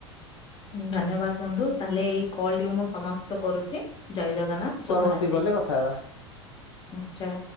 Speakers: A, on the left; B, on the left.
A: ହୁଁ ଧନ୍ୟବାଦ ବନ୍ଧୁ ତାହେଲେ ଏଇ କଲ ଟି ମୁଁ ସମାପ୍ତ କରୁଛି ଜୟ ଜଗନ୍ନାଥ। ଶୁଭ
B: ପରବର୍ତ୍ତୀ
A: ରାତ୍ରୀ
B: କଲେ କଥା ହେବା।
A: ନିଶ୍ଚୟ।